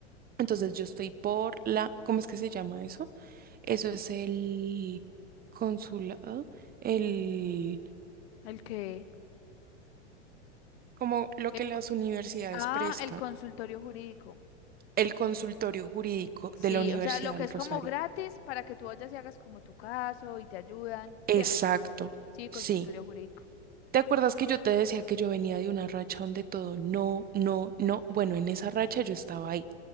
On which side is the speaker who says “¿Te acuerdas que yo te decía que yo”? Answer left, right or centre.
Right